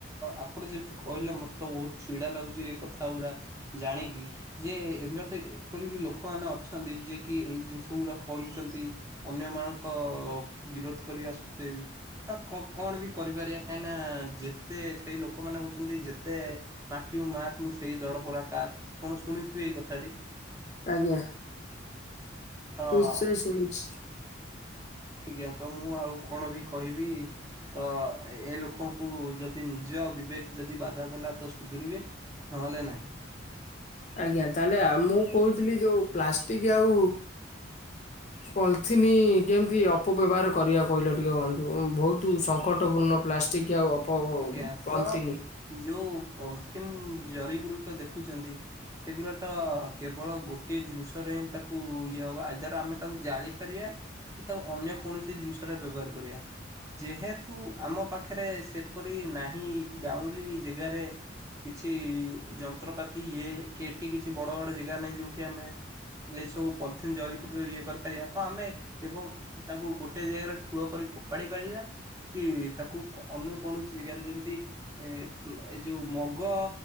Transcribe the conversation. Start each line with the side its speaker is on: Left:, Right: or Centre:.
Right: ଆପଣ ଯେମିତି କହିଲେ ମୋତେ ବହୁତ ଚିଡ଼ା ଲାଗୁଚି ଏ କଥା ଗୁରା। ଜାଣିକି ଯେ ଏମିତି ଏପରି ବି ଲୋକମାନେ ଅଛନ୍ତି ଯିଏକି ଏଇ ଜିନିଷ ଗୁରା କରୁଛନ୍ତି। ଅନ୍ୟ ମାନଙ୍କ ବିରୋଧ କରିବା ସତ୍ୱେ ବି। ତା କ କଣ ବି କରିପାରିବା କାହିଁକିନା ଯେତେ ସେଇ ଲୋକମାନେ ହେଉଛନ୍ତି ଯେତେ ମାଠିବୁ ମାଠ ମୁଁ ସେଇ ଦର ପଡା କାଠ। ଆପଣ ଶୁଣିଥିବେ ଏଇ କଥାଟି।
Left: ଆଜ୍ଞା।
Right: ତ
Left: ନିଶ୍ଚୟ ଶୁଣିଛି।
Right: ଆଜ୍ଞା ତ ମୁଁ ଆଉ କଣ ବି କହିବି। ତ ଏ ଲୋକଙ୍କୁ ଯଦି ନିଜ ବିବେକ୍ ଯଦି ବାଧା ଦେଲା ତ ସୁଧୁରିବେ। ନହେଲେ ନାହିଁ।
Left: ଆଜ୍ଞା। ତାହେଲେ ଆ ମୁଁ କହୁଥିଲି ଯୋଉ ପ୍ଲାଷ୍ଟିକ୍ ଆଉ ପଲିଥିନ୍ ଯେମିତି ଅପବ୍ୟବହାର କରିବା କହିଲ ଟିକେ ବନ୍ଧୁ। ବହୁତ ସଙ୍କଟପୂର୍ଣ୍ଣ ପ୍ଲାଷ୍ ଷ୍ଟିକ୍ ଆଉ ଅପ ଭୋ
Right: ଆଜ୍ଞା
Left: ପଲଥିନି।
Right: ତ ଯୋଉ ପଲିଥିନ୍ ଜରି ଗୁରିକ ଦେଖୁଛନ୍ତି ସେଗୁରା ଟ କେବଳ ଗୋଟିଏ ଜିନିଷରେ ହିଁ ତାକୁ ଇଏ ହବ। ଆଇଦର୍ ଆମେ ତାକୁ ଜାଳିପାରିବା ତାକୁ ଅନ୍ୟ କୌଣସି ଜିନିଷ ରେ ବ୍ୟବହାର କରିବା। ଯେହେତୁ ଆମ ପାଖରେ ସେ ଏପରି ନାହିଁ ଗାଉଁଲି ଜାଗାରେ କିଛି ଯନ୍ତ୍ରପାତି ଇଏ କି ଏଠି କିଛି ବଡ ବଡ ଜାଗା ନାହିଁ ଯୋଉଠି ଆମେ ଏ ସବୁ ପଲିଥିନ୍ ଜରିି କୁ ଇଏ କରିପାରିବା। ତ ଆମେ କେବଳ ତାକୁ ଗୋଟେ ଜାଗାରେ ଠୁଳ କରି ଫୋପାଡ଼ି ପାରିବା। କି ତାକୁ ଅନୁ କୌଣସି ଜାଗାରେ ଯେମିତି ଏ ଏ ଯୋଉ ମଗ